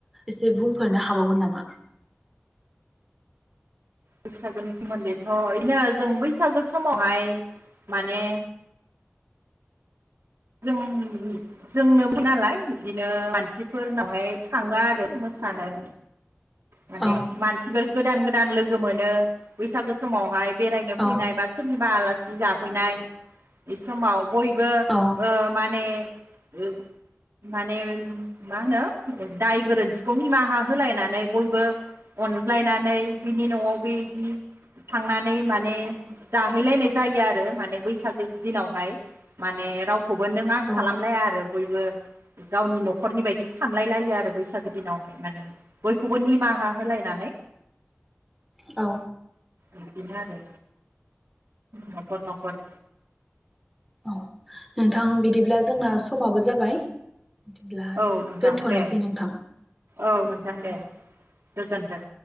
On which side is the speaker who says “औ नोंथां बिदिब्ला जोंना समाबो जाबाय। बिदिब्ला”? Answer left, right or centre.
Centre